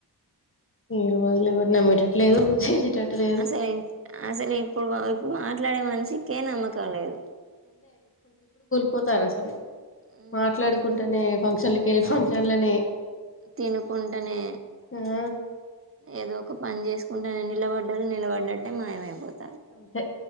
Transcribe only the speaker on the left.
ఈ రోజులు ఎవరు నమ్మేటట్లేదు చేసేటట్టు లేదు
పోతార అసలు
మాట్లాడుకుంటేనే ఫంక్ష చల్ కే ఫంక్షన్లనే
ఆ
అంతే